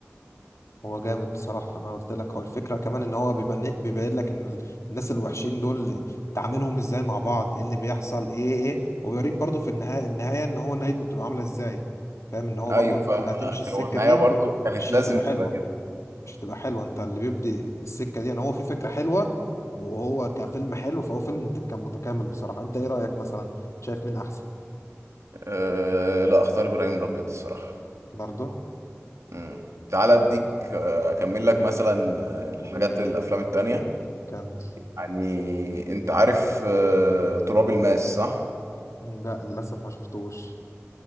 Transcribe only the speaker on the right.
أيوة
فاهم
هو النهاية
برضو كانت
لازم
تبقى كده
أه... لا أختار إبراهيم الأبيض الصراحة
مم. تعالى أديك آه، أكمل لك مثلا آه، الحاجات الأفلام التانية
يعني أنت عارف آه، تراب الماس صح؟